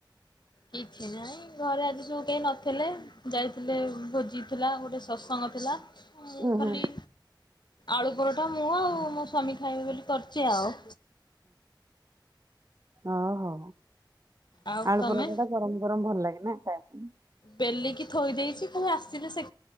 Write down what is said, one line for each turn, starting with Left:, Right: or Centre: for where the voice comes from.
Left: କିଛି ନାଇଁ ଘରେ ଆଜି ସବୁ କେହି ନଥିଲେ ଯାଇଥିଲେ ଭୋଜି ଥିଲା ଗୋଟେ ସତ୍ସଙ୍ଗ ଥିଲା
Right: ଉଁ
Left: ଖାଲି
Right: ହୁଁ।
Left: ଆଳୁ ପରଟା ମୁଁ ଆଉ ମୋ ସ୍ଵାମୀ ଖାଇବି ବୋଲି କରିଛି ଆଉ।
Right: ଆ ହ ହୋ।
Left: ଆଉ
Right: ଆଳୁ
Left: ତମେ?
Right: ପରଟା ଟା ଗରମ ଗରମ ଭଲ ଲାଗେ ନା ଖାଇବା ପାଇଁ!
Left: ବେଲିକି ଥୋଇ ଦେଇଛି ତମେ ଆସିଲେ ସେ